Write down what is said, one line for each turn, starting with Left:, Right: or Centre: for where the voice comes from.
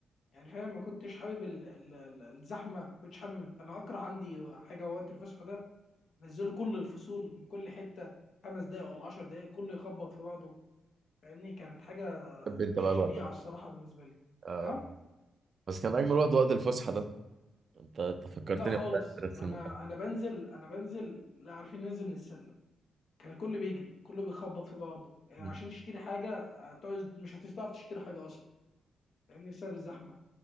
Left: يعني فاهم ما كنتش حابب ال- ال- ال- الزحمه ما كنتش حابب انا اكره عندي حاجه وقت الفسحه ده نزلوا كل الفصول من كل حته خمس دقايق ولا عشر دقايق كله يخبط في بعضه فاهمني كانت حاجه
Right: حب انت
Left: شنيعه
Right: بقى الوقت ده
Left: الصراحه بالنسبه لي
Right: آه.
Left: اه
Right: بس كان اجمل وقت وقت الفسحه ده انت انت فكرتني
Left: لا خالص
Right: والله بمدرسه
Left: ده انا
Right: المقاومه
Left: انا بنزل انا بنزل لا عارفين ننزل من السلم كان الكل بيجري كله بيخبط في بعضه يعني
Right: مم.
Left: عشان تشتري حاجه هتقعد مش هتعرف تشتري حاجه اصلا لان بسبب الزحمه